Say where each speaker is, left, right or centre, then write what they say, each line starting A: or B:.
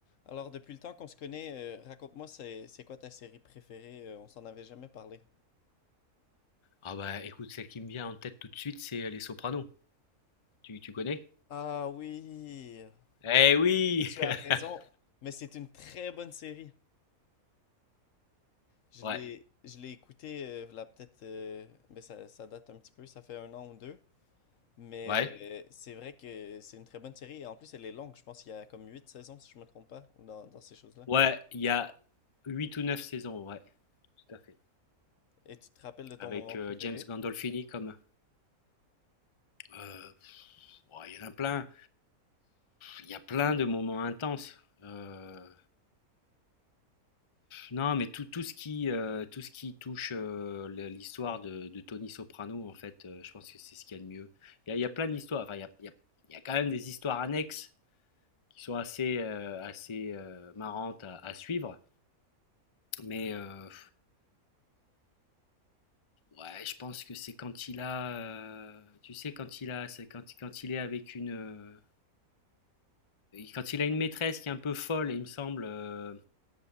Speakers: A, on the left; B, on the left.
A: Alors, depuis le temps qu'on se connaît, euh, raconte-moi, c'est, c'est quoi ta série préférée? Euh, on s'en avait jamais parlé.
B: Ah bah écoute, celle qui me vient en tête tout de suite, c'est Les Sopranos. Tu, tu connais?
A: Ah oui,
B: Eh
A: c'est-
B: oui!
A: tu as
B: <laughs>
A: raison, mais c'est une très bonne série. Je
B: Ouais,
A: l'ai, je l'ai écoutée, euh, là peut-être, euh, mais ça, ça date un petit peu, ça fait un an ou deux. Mais
B: ouais.
A: euh, c'est vrai que c'est une très bonne série et en plus elle est longue, je pense qu'il y a comme huit saisons si je me trompe pas, ou dans, dans ces choses-là.
B: Ouais, il y a 8 ou 9 saisons, ouais, tout à fait.
A: Et tu te rappelles de ton
B: Avec
A: moment
B: euh,
A: préféré?
B: James Gandolfini comme... Euh, ouais, il y en a plein. Il y a plein de moments intenses. Euh, non, mais tout, tout ce qui, euh, tout ce qui touche euh, le- l'histoire de, de Tony Soprano, en fait, euh, je pense que c'est ce qu'il y a de mieux. Il y a, il y a plein d'histoires. Enfin, il y a, il y a- il y a quand même des histoires annexes qui sont assez, euh, assez euh, marrantes à, à suivre. Mais euh, ouais, je pense que c'est quand il a, euh, tu sais, quand il a, c'est quand, quand il est avec une, euh, quand il a une maîtresse qui est un peu folle, il me semble. euh,